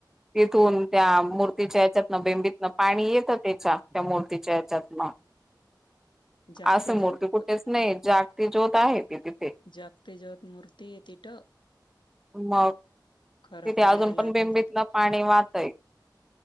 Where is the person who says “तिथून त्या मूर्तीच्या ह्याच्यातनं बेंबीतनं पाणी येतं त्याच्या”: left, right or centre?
Centre